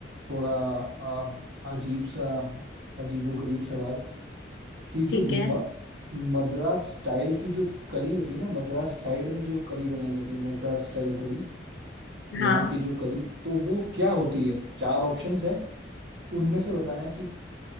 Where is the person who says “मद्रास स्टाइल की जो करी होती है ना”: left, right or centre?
Right